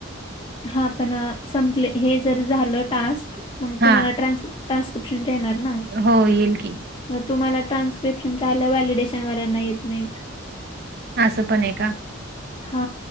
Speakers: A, on the left; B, on the right.
A: हा पण संपले हे जर झालं टास्क मग तुम्हाला
B: हां.
A: ट्रान्स. ट्रान्सस्क्रीप्शन चे येणार ना?
B: हो येईल की.
A: मग तुम्हाला ट्रान्स्क्रिप्शन चे आलं व्हॅलिडेशनवाल्या्ना येत नाहीत.
B: असं पण आहे का?
A: हा